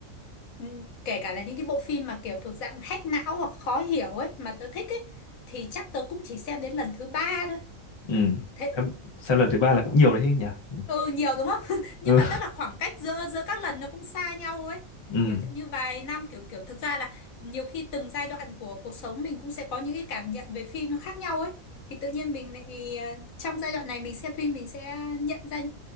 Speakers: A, on the left; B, on the left.
A: Ừ, kể cả là những cái bộ phim mà kiểu thuộc dạng hack não hoặc khó hiểu ấy mà tớ thích ấy thì chắc tớ cũng chỉ xem đến lần thứ ba thôi
B: ừ
A: thế
B: xem, xem lần thứ ba là cũng nhiều đấy chứ nhỉ
A: ừ nhiều đúng không <laughs> nhưng
B: ừ
A: mà tức là khoảng cách giữa giữa các lần nó cũng xa nhau ấy
B: <laughs> ừ
A: kiểu như vài năm kiểu kiểu thực ra là nhiều khi từng giai đoạn của cuộc sống mình cũng sẽ có những cái cảm nhận về phim nó khác nhau ấy thì tự nhiên mình lại ờ, trong giai đoạn này mình xem phim mình sẽ nhận ra